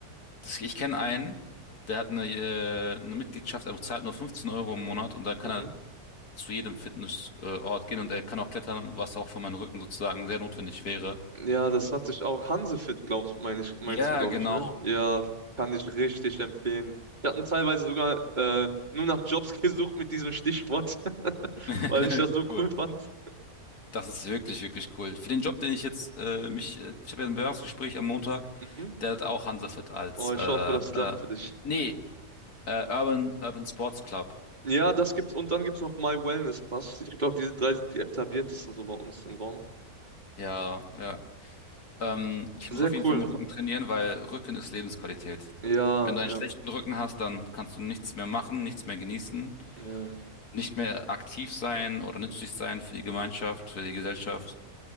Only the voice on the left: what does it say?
das, ich kenne einen, der hat eine, äh, eine Mitgliedschaft, er zahlt nur 15 Euro im Monat und da kann
er zu jedem Fitnessort gehen und er kann auch klettern, was auch für meinen Rücken sozusagen sehr notwendig wäre.
Ja,
genau.
<laughs>
Cool.
Das ist wirklich, wirklich cool. Für den Job, den ich jetzt äh, mich, äh, ich habe ja ein Bewerbungsgespräch am Montag,
der hat auch Hansafit als
äh,
äh,
nee, äh, Urban Urban Sports Club.
Ja, ja. Ähm, ich
muss auf jeden
Fall meinen Rücken trainieren, weil Rücken ist Lebensqualität.
Wenn du einen
schlechten Rücken hast, dann kannst du nichts mehr machen, nichts mehr genießen.
nicht mehr aktiv sein oder nützlich sein für die Gemeinschaft, für die Gesellschaft.